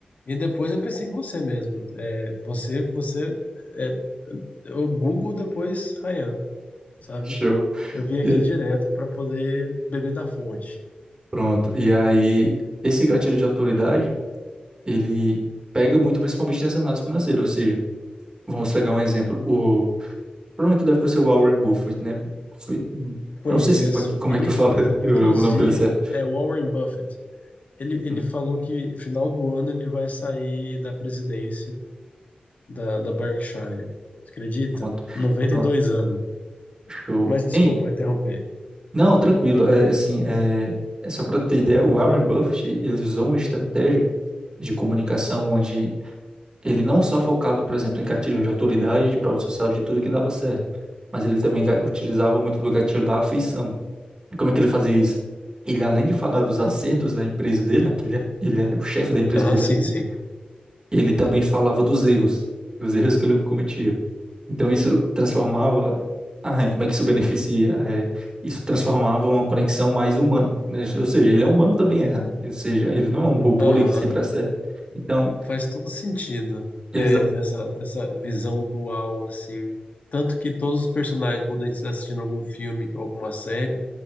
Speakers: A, on the left; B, on the right.
A: E depois eu pensei em você mesmo. É, você, você, é, eu Google depois Ryan, sabe?
B: Show.
A: Eu vim aqui
B: E-
A: direto para poder beber da fonte.
B: Pronto. E aí, esse gatilho de autoridade, ele pega muito principalmente nessa análise financeira, ou seja, vamos pegar um exemplo, o Provavelmente deve ser o Warren Buffett, né? Buffett.
A: Conheço.
B: Eu não sei se, como é que, como
A: Ele,
B: é que eu falo <laughs>
A: inclusive,
B: o nome dele certo.
A: é Warren Buffett. Ele, ele
B: Uhum.
A: falou que final do ano ele vai sair da presidência da, da Berkshire. Você acredita?
B: Pronto,
A: noventa
B: pronto,
A: e dois anos.
B: show.
A: Mas desculpa
B: Tem-
A: interromper.
B: não, tranquilo. É, assim, é, é só para ter ideia, o Warren Buffett, ele usou uma estratégia de comunicação onde ele não só focava, por exemplo, em gatilhos de autoridade, de prova social, de tudo que dava certo, mas ele também ga- utilizava muito do gatilho da afeição. Como é que ele fazia isso? Ele, além de falar dos acertos da empresa dele, né, porque ele é, ele é o chefe da empresa
A: Aham,
B: dele
A: sim,
B: ali,
A: sim.
B: ele também falava dos erros, dos erros que ele cometia. Então isso transformava, ah, é, como é que isso beneficia? É, isso transformava uma conexão mais humana, né? Ou seja, ele é humano também erra, né? Ou seja, ele não é um robô
A: Aham,
B: ali que sempre acerta. Então,
A: faz todo sentido.
B: exato.
A: É, dessa, dessa visão dual, assim. Tanto que todos os personagens, quando a gente está assistindo algum filme ou alguma série,